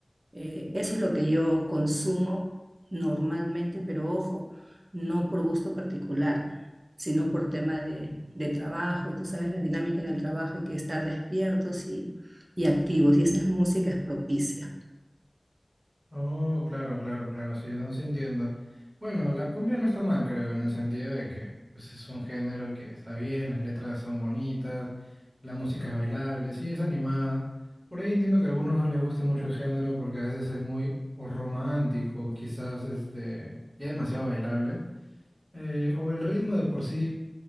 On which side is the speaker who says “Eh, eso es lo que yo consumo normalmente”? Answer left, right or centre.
Right